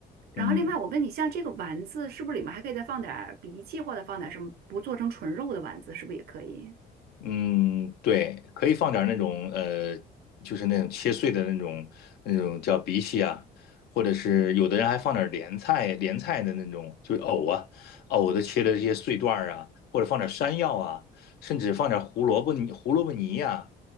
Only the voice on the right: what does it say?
然后另外，
我问你，像这个丸子，是不是里面还可以再放点儿荸荠，或者放点儿什么，不做成纯肉的丸子，是不是也可以？